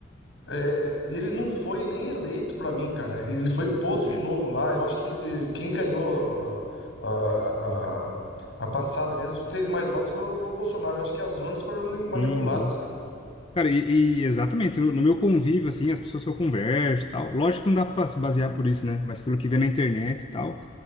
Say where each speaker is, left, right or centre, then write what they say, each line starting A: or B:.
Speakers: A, on the left (about 75°); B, on the left (about 30°).
A: É, ele não foi nem eleito pra mim, cara. Ele foi posto
B: É,
A: de novo lá. Eu acho que ele- quem ganhou a, a, a- a passada mesmo, teve mais votos, foi, o foi o Bolsonaro. Eu acho que as urnas foram mani- manipuladas,
B: Uhum.
A: cara.
B: Cara, e, e exatamente, no, no meu convívio, assim, as pessoas que eu converso e tal, lógico que não dá pra se basear por isso, né? Mas pelo que vê na internet e tal,